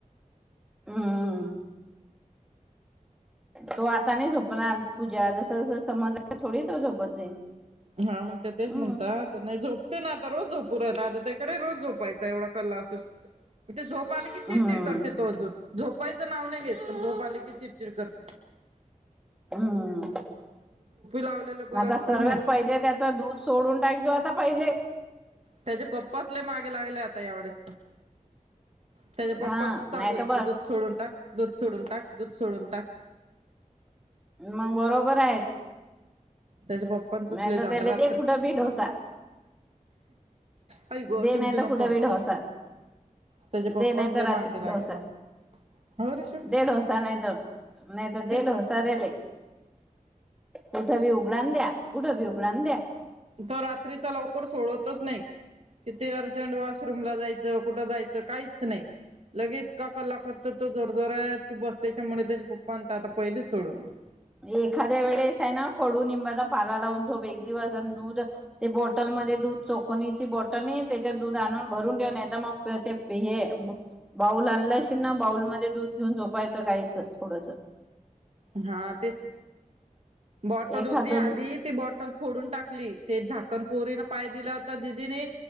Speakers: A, in the centre; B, on the right (about 50°).
A: हम्म. तो आता नाही झोपणार पूजा जस जस समज येईल थोडी तो झोपत जाईल.
B: हा मग ते तेच
A: हम्म
B: म्हणतात नाही झोपते ना आता रोज झो पुरा राधाताईकडे रोज झोपायचा एवढा कल्ला असून. ते झोप आली की
A: हम्म
B: चिडचिड करते तो अजून झोपायच नाव नाही घेत. की चिडचिड करतो
A: हम्म.
B: लावलेलं बरं
A: आता
B: असतं
A: सर्वात
B: ना मग
A: पहिले त्याच दूध सोडून टाकजो आता पहिलें.
B: त्याचे पप्पाच लय मागे लागले आता यावेळेस त त्याच्या पप्पाच
A: हा
B: चालू
A: नाही
B: ये
A: तर बस
B: तु दूध सोडून टाक दूध सोडून टाक दूध सोडून टाक.
A: मग बरोबर आहेत.
B: त्याच्या पप्पांचच
A: नाही
B: लय
A: त
B: झालं
A: त्याले
B: रात्री
A: ते कुठं बी ढोसा.
B: आई गो
A: दे
B: चिमटी
A: नाही त
B: नको
A: कुठं बी ढोसा.
B: त्याचे पप्पाच
A: दे नाही त
B: लय मागे
A: रात्री
B: लागले
A: ढोसा.
B: हो रिशू
A: दे ढोसा नाही तर नाहीत
B: तेच
A: ढोसा त्याले. कुठं बी उघडा न द्या, कुठं बी उघडा न द्या.
B: तो रात्रीचा लवकर सोडतच नाही किती अर्जंट अ बाथरूम ला जायच कुठं जायचं काहीच नाही, लगे इतका कल्ला करतो तो जोर जोरात. की बस त्यांच्यामुळे त्याच्या पप्पा म्हनता आता पहिले सोडून दे
A: एखाद्या वेळेस आहे ना कडू निंबाचा पाला लावून झोप एक दिवस आण दूध ते बॉटल मध्ये दूध चोकनीची बॉटल नाही येत त्याच्यात दूध आणून भरून ठेव नाही तर मग ते प हे बाऊल आणला आशिल ना बाऊल मध्ये दूध घेऊन झोपायचं गाईचं थोडंसं.
B: हा तेच बॉटल
A: एखाद
B: होती
A: दोन
B: आधी ती बॉटल फोडून टाकली ते झाकण पोरीने पाय दिला होता दिदीने